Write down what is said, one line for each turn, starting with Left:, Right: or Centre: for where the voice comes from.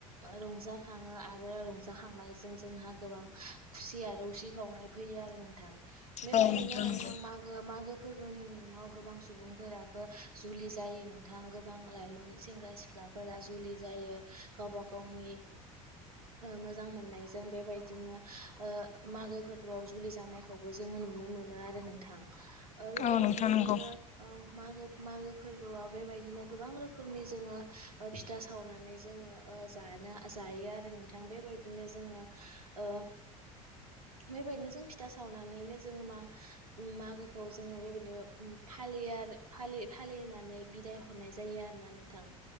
Right: रंजाखाङो थाङो आरो रंजाखांनायजों जोंहा गोबां खुसि आरो उसिफावनाय फैयो आरो नोंथां बेबायदिनो
Left: औ
Right: नोंथां
Left: नंगौ
Right: मागो मागो फोरबोनि मुं गोबां सुबुंफोराबो जुलि जायो नोंथां गोबां लाइमोन सेंग्रा सिख्लाफोरा जुलि। जायो गावबा गावनि। मोजां मोननाय जों बेबायदिनो ओ मागो फोरबोआव जुलि जानायखौबो जों जो नुनो मोनो आरो नोंथां ओ बेबायदिनो
Left: औ नोंथां नंगौ।
Right: जोङो मागो मागो फोरबोआव बेबायदिनो गोबां रोखोमनि जोङो फिथा सावनानै जोङो ओ जानो जायो आरो नोंथां बेबायदिनो जोङो ओ बेबायदिनो जों फिथा सावनानैनो जोङो मा मागोखौ जोङो बेबायदिनो फालि फालि फालिनानै बिदाय हरनाय जायो आरोना नोंथां